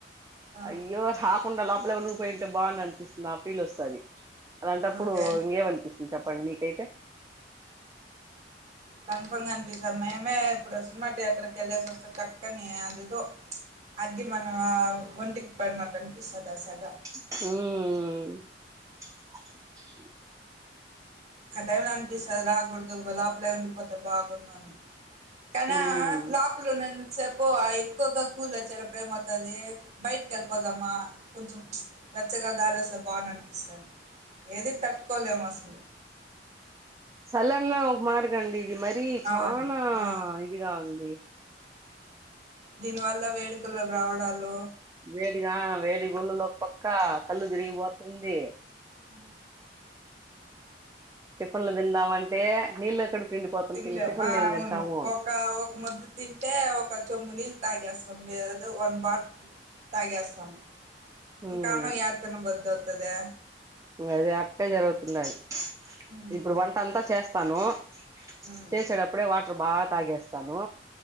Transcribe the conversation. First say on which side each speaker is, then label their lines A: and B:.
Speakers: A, on the right; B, on the right.
A: ఆ
B: అ తకుండా లోపలే ఉండి పోయింటే బాగుండు అనిపిస్తుంది ఆ ఫీల్ వస్తుంది అలాంటప్పుడు
A: ఓకే
B: ఇంకేమనిపిస్తుంది చెప్పండి మీకైతే
A: కన్ఫర్మ్గా అనిపిస్తుంది మేమే ఇప్పుడు సినిమా థియేటర్కి వెళ్ళేసి వస్తంది తక్క్కని అదితో అగ్గి మన ఒంటికి పడినట్టు అనిపిస్తుందిా సెగ
B: హుమ్మ్
A: ఆ టైమ్లా అనిపిస్త అ కొంచెం లోపలే ఉండిపోతే బాగుండని కానీ
B: ఉమ్
A: ఆ లోపలో ఉన్నందించ సేపూ ఎక్కువగా కూల్ చెిన మతాది బయట్ కల్ పోదామా కొంచెం వెచ్చగా గాలి వస్తే బాగుండని అనిపిస్తది ఏది తట్టుకోలేం అసల్
B: సలా నా ఒక మాటకి రండి ఇది మరిీ చాలా
A: అవును ఆ.
B: ఇదిగా ఉంది
A: దీనివల్ల వేడుకలు రావడాలు
B: వేడి గా వేడి గుల్లలు అక్క కళ్ళు తిరిగిపోతుంది
A: హ
B: టిఫీన్ లు తిందామంటే నీళ్ళ కడుపు నిండిపోతుంది
A: తినలేము
B: ఇంక టిఫిన్లు
A: ఆ
B: ఏం
A: అవును
B: తింటాము
A: ఒక ఒక ముద్ద తింటే ఒక చొమ్ము నీళ్ళు తాగేస్తాం లేదంటే వన్ బాటిల్ తాగేస్తాం త
B: ఉమ్
A: ఇంకానవ ార్ తన బద్దద్ పదా
B: అదే అట్టే జరుగుతుండ అది
A: ఉమ్,
B: ఇప్పుడు వంట అంతా చేస్తాను
A: ఉమ్,
B: చేసడ అప్పుడే వాటర్ బాత్ తగేస్తాను